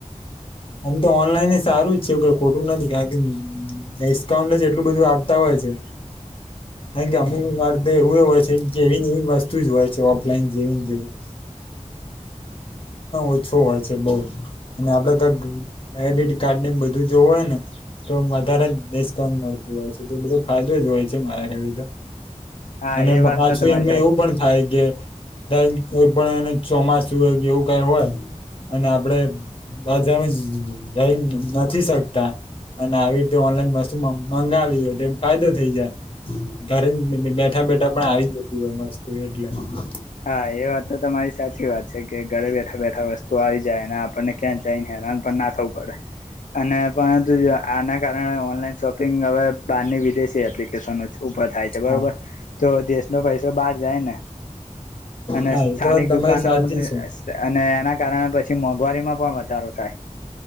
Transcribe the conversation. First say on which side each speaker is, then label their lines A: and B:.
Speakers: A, on the left; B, on the left.
A: આમ તો ઓનલાઈન સારું જ છે ખોટું નથી કારણ કે ડિસ્કાઉન્ટ જ એટલું બધું આપતા હોય છે. કેન કે અમુક વાર એવી હોય છે જેવી ની વશ તુજ હોય ઓફલાઈન જેવી જેવી ઓછો હોય છે બો કા ક્રેડિટ કાર્ડ ને બધું જો હોય ને તો વધારે ડિસ્કાઉન્ટ મળતું હોય છે. તો તો બધો ફાયદો જ હોય છે મારા હારુતો.
B: હા
A: અને
B: એ
A: પાછું
B: વાત તો તમારી
A: એમા
B: સાચી
A: એવું પણ થાય કે <unintelligible> કોઈ પણ એને ચોમાસું હોય એવું કાઈ હોય અને આપણે <unintelligible> નથી શકતા અને આવી રીતે ઓનલાઈન વસ્તુ મંગાવીએ. એ ફાયદો થઈ જાય ઘરે બેઠા બેઠા પણ આવી. <inaudible>
B: હા એ વાત તો તમારી સાચી વાત છે કે ઘરે બેઠા બેઠા વસ્તુ આવી જાય ને આપ આપને ક્યાં જઈને હેરાન પન ના થવું પડે અને પરંતુ જો આ. આના કારણે ઓનલાઈન શોપિંગ હવે બહારની વિદેશી એપ્લિકેશનો છે. ઉપર થાય છે બરોબર
A: હા
B: તો દેશ નો પૈસો બાર જાય ને. અને
A: હા
B: સ્થાનિક
A: એ તો તમારી
B: દુકાનો
A: સાચી છે.
B: અને એના કારણે પછી મોંઘવારીમાં પણ વધારો થાય.